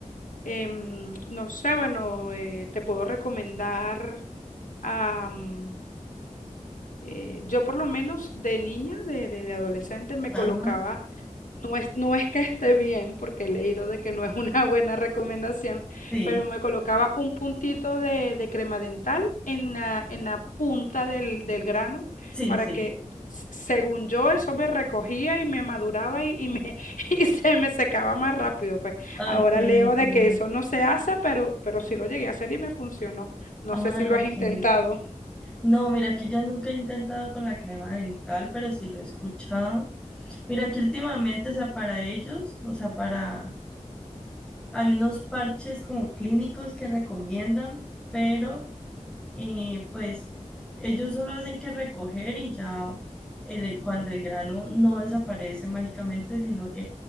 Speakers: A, on the left; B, in the centre.
A: em, no sé, bueno, eh, te puedo recomendar am, eh, yo por lo menos de niña, de, de- de adolescente, me
B: ajá,
A: colocaba no es, no es que esté bien, porque he leído de que no es una <laughs> buena recomendación,
B: sí,
A: pero me colocaba un puntito de, de crema dental en la, en la punta del, del grano
B: sí,
A: para
B: sí.
A: que, s- según yo, eso me recogía y me maduraba y, y me, <laughs> y se me secaba más rápido. Pues
B: Ok,
A: ahora
B: entiendo.
A: leo de que eso no se hace, pero, pero sí lo llegué a hacer y me funcionó. No
B: Ah,
A: sé si lo has
B: ok,
A: intentado.
B: entiendo. No, mira, que yo nunca he intentado con la crema dental, pero sí lo he escuchado. Mira, que últimamente, o sea, para ellos, o sea, para... Hay unos parches como clínicos que recomiendan, pero... eh, pues ellos solo hacen que recoger y ya el- cuando el grano no desaparece mágicamente, sino que